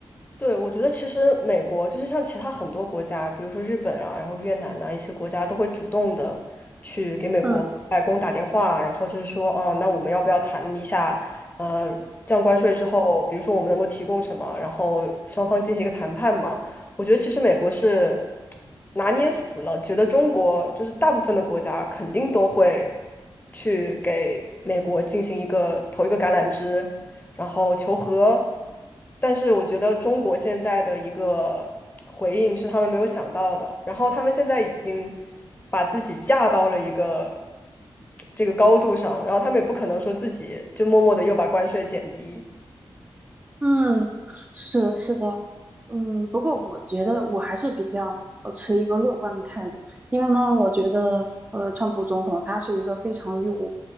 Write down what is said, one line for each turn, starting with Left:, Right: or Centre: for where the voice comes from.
Left: 对，我觉得其实美国就是像其他很多国家，比如说日本啊，然后越南呐、一些国家都会主动的去给美国白宫打电话，
Right: 嗯
Left: 然后就是说，哦，那我们要不要谈一下，呃，降关税之后，比如说我们能够提供什么，然后双方进行一个谈判嘛。我觉得其实美国是拿捏死了，觉得中国就是大部分的国家肯定都会去给美国进行一个投一个橄榄枝，然后求和，但是我觉得中国现在的一个回应是他们没有想到的，然后他们现在已经把自己架到了一个这个高度上，然后他们也不可能说自己就默默的又把关税减低，
Right: 嗯，是的，是的，嗯，不过我觉得我还是比较呃持一个乐观的态度，因为呢，我觉得呃，川普总统他是一个非常有